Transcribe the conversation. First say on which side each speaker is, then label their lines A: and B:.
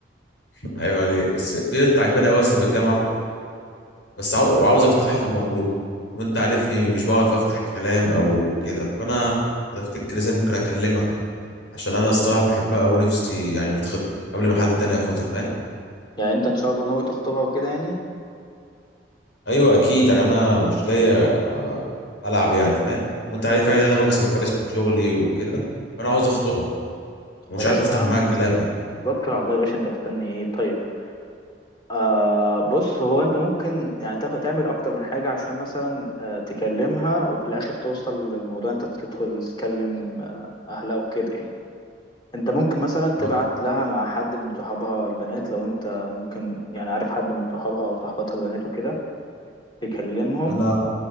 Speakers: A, on the left; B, on the left.
A: <laughs> عيب عليك بس في بنت عجباني قوي يا اسطى في الجامعه بس عاو...
B: تمام
A: وعاوز افتحها في الموضوع وانت عارفني مش بعرف افتح كلام او كده فانا افتكر ازاي ممكن اكلمها عشان انا الصراحه بحبها ونفسي يعني نتخطب قبل ما حد تاني ياخدها فاهم؟
B: يعني انت ان شاء الله ناوي تخطبها وكده يعني
A: ايوه اكيد يعني انا مش جاي العب يعني فاهم وانت عارف
B: خلاص
A: يعني انا بكسب كويس من شغلي وكده فانا عاوز اخطبها ومش
B: خلاص
A: عارف افتح
B: يا عم
A: معاها الكلام
B: توكل على الله يا باشا انت مستني ايه طيب آه بص هو انت ممكن يعني تاخد- تعمل اكتر من حاجه عشان مثلا آه تكلمها وفي الاخر توصل للموضوع انت تدخل تكلم آه اهلها وكده يعني انت ممكن مثلا تبعت
A: اه،
B: لها مع حد من صحابها البنات لو انت ممكن يعني عارف حد من صحابها او صحباتها البنات وكده تكلمهم
A: انا